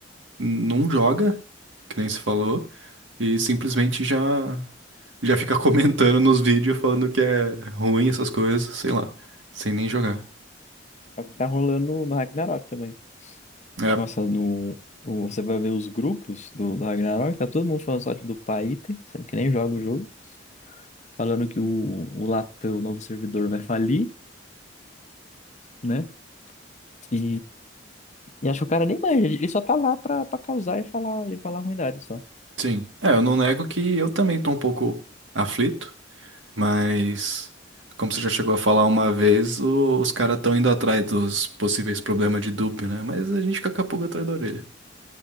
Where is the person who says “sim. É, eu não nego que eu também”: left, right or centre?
Right